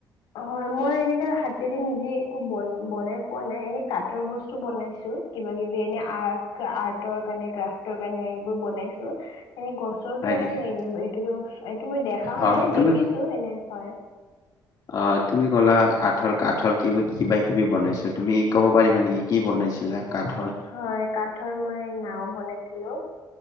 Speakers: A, on the left (about 90°); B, on the left (about 60°).
A: হয় মই এনেকা হাতেদি নিজে একো বন বনাই পোৱা নাই, এনে কাঠৰ বস্তু বনাইছো কিবা কিবি এনে আৰ্ আৰ্টৰ কাৰণ ক্ৰাফটৰ কাৰণে সেইবোৰ বনাইছো। এনে গছৰো
B: হয় নেকি
A: এনেই এইটো এইটো মই দেখাও
B: অ
A: মানে
B: তুমি
A: দেখিছো এনে হয়।
B: অ তুমি ক'লা আঠৰ কাঠৰ কিবি কিবা কিবি বনাইছো তুমি ক'ব পাৰিবা নেকি কি বনাইছিলা? কাঠৰ
A: হয় কাঠৰ মই নাও বনাইছিলো